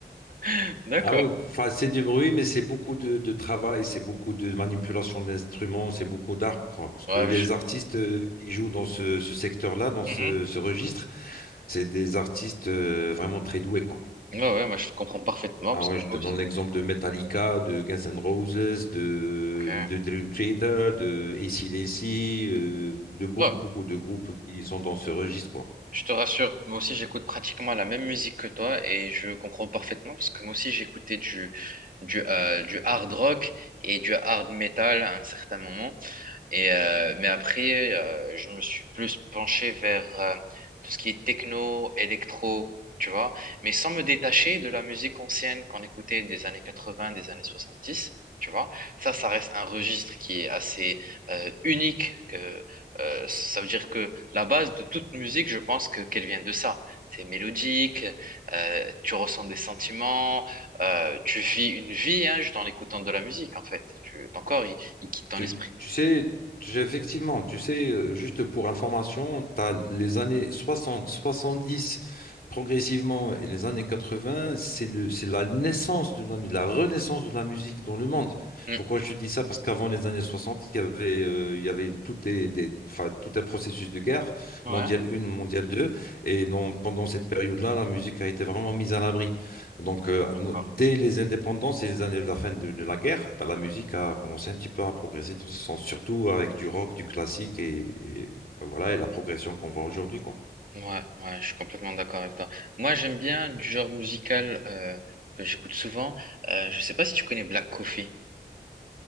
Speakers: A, on the right (about 50°); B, on the left (about 55°).
A: <laughs> D'accord.
B: Ah oui, enfin, c'est du bruit, mais c'est beaucoup de, de travail, c'est beaucoup de manipulation d'instruments, c'est beaucoup d'art, quoi. Parce que
A: Ouais,
B: les
A: je...
B: artistes euh, qui jouent dans ce, ce secteur-là, dans ce,
A: Mhm.
B: ce registre, c'est des artistes euh, vraiment très doués, quoi.
A: Ouais, ouais, moi je te comprends parfaitement
B: Ah
A: parce
B: ouais,
A: que
B: je te
A: moi
B: donne
A: aussi.
B: l'exemple de Metallica, de Guns N' Roses, de,
A: Ok.
B: de Dream Theater, de AC/DC, euh, de beaucoup,
A: Ouais.
B: beaucoup de groupes qui sont dans ce registre, quoi.
A: Je te rassure, moi aussi j'écoute pratiquement la même musique que toi et je comprends parfaitement parce que moi aussi j'écoutais du, du, euh, du hard rock et du hard metal à un certain moment. Et, euh, mais après, euh, je me suis plus penché vers euh, tout ce qui est techno, électro, tu vois, mais sans me détacher de la musique ancienne qu'on écoutait des années 80, des années 70. Tu vois, ça, ça reste un registre qui est assez euh, unique que, euh, ça veut dire que la base de toute musique, je pense que qu'elle vient de ça. C'est mélodique, euh, tu ressens des sentiments, euh, tu vis une vie hein, juste en écoutant de la musique, en fait. Tu, ton corps, il, il quitte ton
B: Tu,
A: esprit.
B: tu sais, j'ai- effectivement, tu sais, euh, juste pour information, tu as les années soixante, soixante-dix progressivement et les années 80, c'est le, c'est la naissance de la, mu- la renaissance de la musique dans le monde.
A: Hmm.
B: Pourquoi je te dis ça? Parce qu'avant les années 60, il y avait, euh, il y avait tout, des, des- enfin, tout un processus de guerre,
A: Ouais,
B: mondiale 1, mondiale 2, et donc, pendant cette période-là, la musique a été vraiment mise à l'abri. Donc, euh,
A: encore.
B: dès les indépendances et les années de la fin de, de la guerre, bah, la musique a commencé un petit peu à progresser dans ce sens, surtout avec du rock, du classique et, et voilà, et la progression qu'on voit aujourd'hui, quoi.
A: Ouais, ouais, je suis complètement d'accord avec toi. Moi, j'aime bien du genre musical euh, que j'écoute souvent. Euh, je sais pas si tu connais Black Coffee.